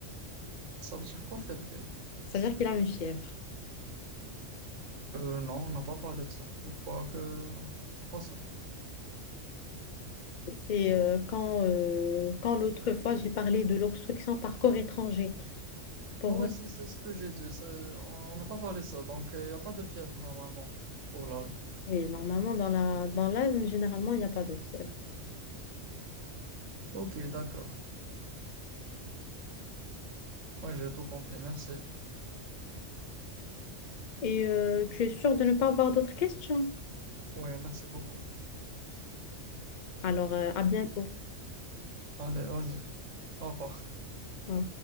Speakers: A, on the right; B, on the left.
A: Ça veut dire quoi, fébrile?
B: C'est-à-dire qu'il a une fièvre.
A: Euh, non, on n'a pas parlé de ça. Je crois que non, c'est pas ça.
B: C'est <laughs> euh, quand, euh, quand l'autre fois, j'ai parlé de l'obstruction par corps étranger pour
A: Oh, oui, c'est c'est ce que j'ai dit. ça- On on n'a pas parlé de ça. Donc, il n'y a pas de fièvre normalement pour l'âge.
B: Oui, normalement, dans la, dans l'asthme, généralement, il n'y a pas de fièvre.
A: Ok, d'accord. Ouais, j'ai tout compris. Merci.
B: Et euh, tu es sûr de ne pas avoir d'autres questions?
A: Ouais, merci beaucoup.
B: Alors, euh, à bientôt.
A: Allez, vas-y. Au revoir.
B: Au